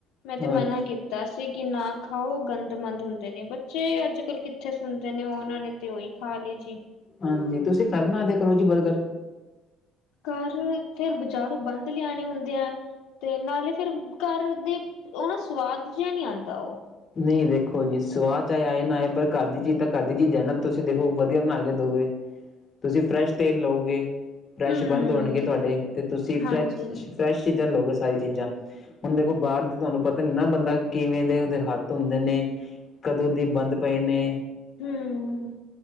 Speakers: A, on the left; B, on the left.
A: ਮੈ ਤੇ ਮਨਾ
B: ਅੱਛ
A: ਕੀਤਾ ਕੀਤਾ ਸੀ ਕਿ ਨਾ ਖਾਓ ਗੰਦਮੰਦ ਹੁੰਦੇ ਨੇ ਬੱਚੇ ਅੱਜ ਕੱਲ੍ਹ ਕਿੱਥੇ ਸੁਣਦੇ ਨੇ ਉਹਨਾਂ ਨੇ ਤੇ ਉਹੀ, ਖਾਲੀ ਜੀ।
B: ਹਾਂਜੀ, ਤੁਸੀਂ ਘਰ ਬਣਾ ਦਿਆ ਕਰੋ ਜੀ ਬਰਗਰ।
A: ਘਰ ਫੇਰ ਬਾਜ਼ਾਰੋ ਬੰਦ ਲਿਆਣੇ ਹੁੰਦੇ ਆ। ਤੇ ਨਾਲੇ ਫੇਰ ਘਰ ਦੇ ਉਹ ਨਾ ਸਵਾਦ ਜਿਹਾ ਨਹੀਂ ਆਉਂਦਾ ਉਹ।
B: ਨਹੀ ਦੇਖੋ ਜੀ ਸਵਾਦ ਚਾਹੇ ਆਏ ਨਾ ਆਏ ਪਰ ਘਰ ਦੀ ਚੀਜ ਤਾਂ ਘਰ ਦੀ ਚੀਜ ਹੈ ਨਾ ਤੁਸੀ ਦੇਖੋ ਵਧੀਆ ਬਣਾ ਕੇ ਦੋਗੇ। ਤੁਸੀਂ ਫਰੈਸ਼ ਤੇਲ ਲਓਗੇ, ਫਰੈਸ਼
A: ਹੂੰ,
B: ਬੰਦ ਹੋਣਗੇ ਤੁਹਾਡੇ, ਤੇ ਤੁਸੀ
A: ਹਾਂਜੀ,
B: ਫਰੈਸ਼ ਫਰੈਸ਼ ਚੀਜ਼ਾਂ ਲਓਗੇ ਸਾਰੀ ਚੀਜ਼ਾਂ ਹੁਣ ਦੇਖੋ ਬਾਹਰ ਦੀ ਤੁਹਾਨੂੰ ਪਤਾ ਨੀ ਨਾ ਬੰਦਾ ਕਿਵੇਂ ਦੇ ਉਹਦੇ ਹੱਥ, ਹੱਥ ਹੁੰਦੇ ਨੇ, ਕਦੋਂ ਦੀ ਬੰਦ ਪਏ ਨੇ।
A: ਹੂੰ,